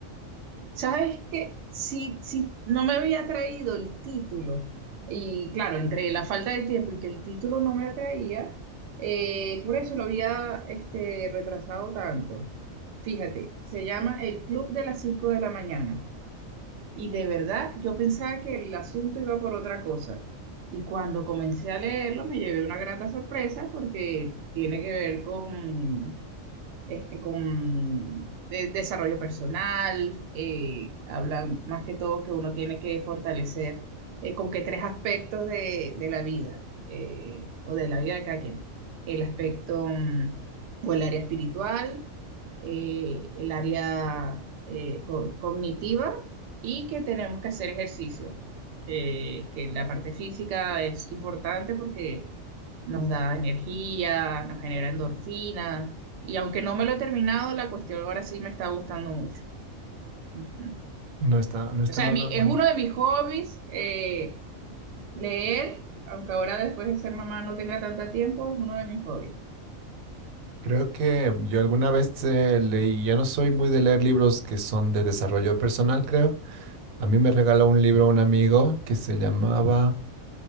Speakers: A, on the right; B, on the right.
A: ¿Sabes qué? Si, si no me había traído el título y claro, entre la falta de tiempo y que el título no me atraía, eh, por eso lo había este, retrasado tanto. Fíjate, se llama El Club de las cinco de la mañana. Y de verdad, yo pensaba que el asunto iba por otra cosa. Y cuando comencé a leerlo, me llevé una grata sorpresa porque tiene que ver con, este, con de- desarrollo personal, eh, hablan más que todo que uno tiene que fortalecer eh, como que tres aspectos de, de la vida eh, o de la vida de cada quien. El aspecto mm, o el área espiritual, eh, el área eh, co- cognitiva y que tenemos que hacer ejercicio. Eh, que la parte física es importante porque nos da energía, nos genera endorfina. Y aunque no me lo he terminado, la cuestión ahora sí me está gustando mucho. Ujú.
B: No está, no está
A: O sea,
B: nada
A: mi-
B: bueno.
A: es uno de mis hobbies, eh, leer, aunque ahora después de ser mamá no tenga tanto tiempo, es uno de mis hobbies.
B: Creo que yo alguna vez eh, leí, yo no soy muy de leer libros que son de desarrollo personal, creo. A mí me regaló un libro un amigo que se llamaba